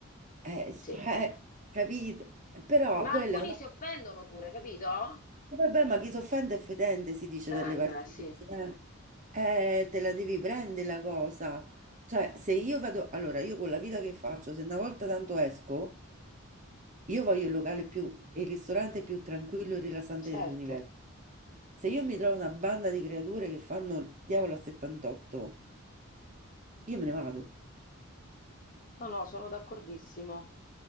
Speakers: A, on the right (about 35°); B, on the left (about 40°).
A: eh,
B: Sì.
A: cioè, capito? Però
B: Ma
A: quella
B: alcuni
A: è una...
B: si offendono pure, capito?
A: E vabbè, ma chi s'offende è fedente, si dice dalle
B: Eh,
A: parti.
B: beh, sì.
A: mie. Eh, te la devi prendere la cosa. Cioè, se io vado, allora io con la vita che faccio, se una volta tanto esco, io voglio il locale più, il ristorante più tranquillo e rilassante
B: Certo.
A: dell'universo. Se io mi trovo una banda di creature che fanno il diavolo a 78, io me ne vado.
B: No, no, sono d'accordissimo.